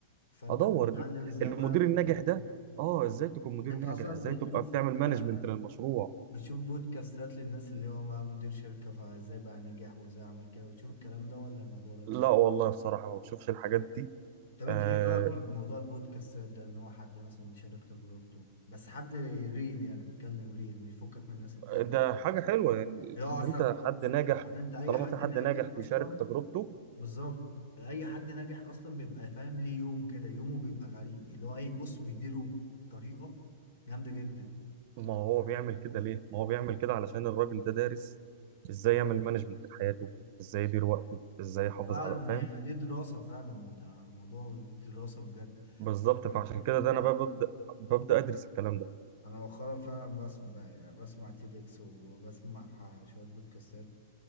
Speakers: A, on the left; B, on the right.
A: فانت
B: ادور
A: بتتعلم ازاي
B: المدير
A: بقى
B: الناجح
A: بت-
B: ده اه ازاي تكون مدير
A: انت
B: ناجح
A: اصلا
B: ازاي
A: بتشوف
B: تبقى بتعمل مانجمنت
A: آه،
B: للمشروع
A: بتشوف بودكاستات للناس اللي هو بقى مدير شركة فازاي بقى نجح وازاي عمل كده بتشوف الكلام ده ولا الموضوع ده بالنسبة
B: لا والله بصراحه ما بشوفش الحاجات دي
A: طب انت
B: آه
A: ايه رايك في موضوع البودكاستات ده ان هو حد مثلا يشارك تجربته بس حد ريل يعني بيتكلم ريل مش يفكك من الناس التانية
B: ده حاجة حلوة يعني
A: اللي هو
B: إن
A: اصلا
B: أنت
A: في
B: حد ناجح
A: يعني انت اي
B: طالما
A: حد
B: في حد
A: ناجح
B: ناجح بيشارك
A: اصلا
B: تجربته
A: بالظبط اي حد ناجح اصلا بيبقى فاهم ليه يوم كده يومه بيبقى غريب اللي هو ايه بص بيديره بطريقه جامده جدا
B: ما هو
A: <laughs>
B: بيعمل كده ليه؟ ما هو بيعمل كده علشان الراجل ده دارس إزاي يعمل مانجمنت لحياته،
A: بالظبط
B: إزاي يدير وقته، إزاي يحافظ
A: فعلا
B: على فاهم؟
A: هي دي دراسه فعلا ده موضوع دراسه بجد
B: بالظبط فعشان
A: يعني
B: كده ده
A: أنا
B: أنا بقى ببدأ ببدأ أدرس الكلام ده.
A: انا مؤخرا فعلا بسمع بسمع تيدكس وبسمع شويه بودكاستات